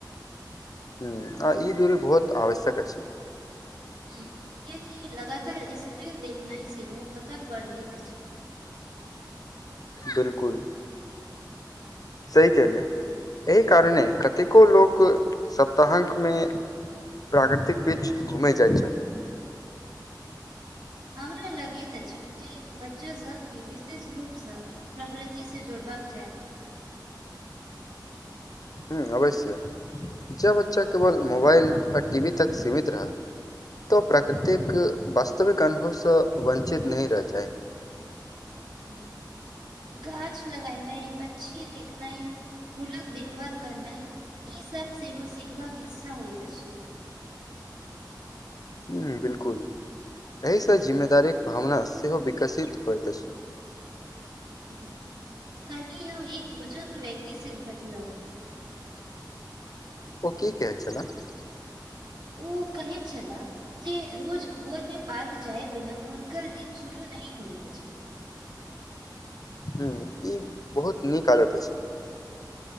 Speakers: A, on the left (about 55°); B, on the right (about 80°).
A: हूँ आ ई दूरी बहुत आवश्यक अछि
B: हूँ कियाकि लगातार स्क्रीन देखनाइ सेहो थकान बढ़बैत अछि
A: - बिल्कुल सही कहिले एहि कारणे कतेको लोक सप्ताहाकमे- प्राकृतिक बीच घुमै जाइ छथि
B: हमरा लगैत अछि जे बच्चा सबके विशेष रूपसँ- प्रकृतिक से जोड़बाक चाही <inaudible>
A: हूँ आवश्य ज बच्चा केवल मोबाइल आ टी वी तक सीमित रहत तऽ प्राकृतिक वास्तविक अनुभवसँ वञ्चित नहि रहि जाय
B: हूँ गाछ लगैनाय पछी देखनाय फूलक देखभाल करनाइ ई सब सेहो सिखबाका हिस्सा होइत अछि
A: हम्म बिलकुल एहि स जिम्मेदारी क भावना सेहो विकसित होइत अछि
B: हूँ कलहि हम एक बुजुर्ग व्यक्ति से भेटलहु
A: ओ कि कहैत छलाह
B: उ कहै छला जे रोज भोर मे पार्क जाय बिना हुनकर दिन शुरू नहि होइत अछि
A: हम्म इ बहुत नीक आदत अछि